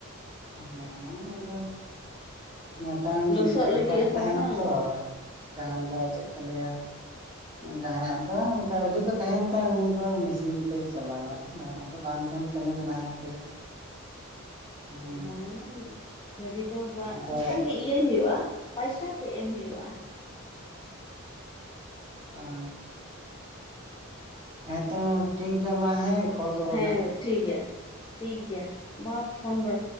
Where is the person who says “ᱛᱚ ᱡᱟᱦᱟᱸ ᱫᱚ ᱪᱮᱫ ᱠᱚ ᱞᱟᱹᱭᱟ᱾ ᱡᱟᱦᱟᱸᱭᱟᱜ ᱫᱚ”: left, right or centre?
Right